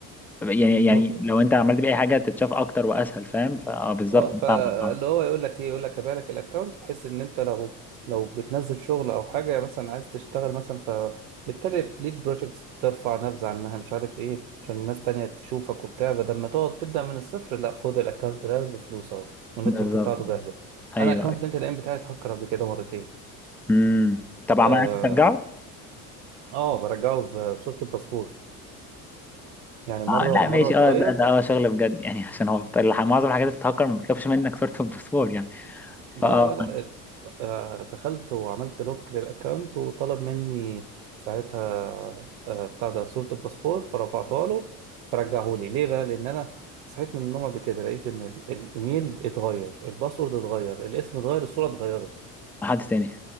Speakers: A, in the centre; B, on the right (about 75°).
A: يعني يعني
B: آه،
A: لو انت عملت بيه اي حاجه تتشاف اكتر واسهل فاهم فاه بالظبط
B: اه
A: انا
B: فاللي
A: فاهمك اه
B: هو يقول لك ايه يقول لك هبيع لك الاكونت بحيث ان انت لو لو بتنزل شغل او حاجه مثلا عايز تشتغل مثلا فبالتالي ليك بروجكتس بترفع نبذه عنها مش عارف ايه عشان الناس تانية تشوفك وبتاع بدل ما تقعد تبدا من الصفر لا خد الاكونت ده بفلوس اهو والنتورك
A: بالظبط
B: بتاعته جاهزه
A: ايوه
B: انا اكونت لينكد ان بتاعي اتهكر قبل كده مرتين
A: امم طب عمل
B: اه
A: عايز ترجعه
B: آه، برجعه بصوره الباسبور يعني مره
A: اه لا
B: مره
A: ماشي
B: اتغير
A: اه ده ده اه شغل بجد يعني عشان هو بت- الح- معظم الحاجات اللي بتتهكر ما بتطلبش منك صورة الباسبور يعني
B: لا
A: فاه
B: لا لا آه، دخلت وعملت لوك للأكاونت وطلب مني ساعتها آه، بتاع ده صورة الباسبور فرفعتها له فرجعه لي ليه بقى لأن أنا صحيت من النوم قبل كده لقيت إن ال- الإيميل اتغير الباسورد اتغير الاسم اتغير الصورة اتغيرت
A: حد تاني